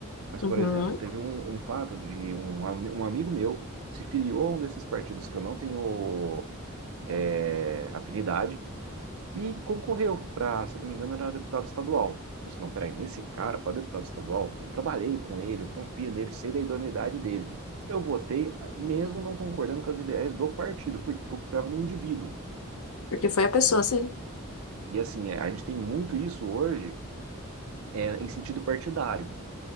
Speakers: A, on the right; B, on the left.
A: Mas,
B: uhum.
A: por exemplo, teve um, um fato de um, ami- um amigo meu se filiou a um desses partidos que eu não tenho é, afinidade e concorreu para, se eu não me engano, era deputado estadual. Eu disse, não, peraí, nesse cara, para deputado estadual, eu trabalhei com ele, eu confio nele, sei da idoneidade dele. Eu votei, mesmo não concordando com as ideias do partido, porque eu confiava no indivíduo.
B: Porque foi a pessoa, sim.
A: E assim, é, a gente tem muito isso hoje é, em sentido partidário.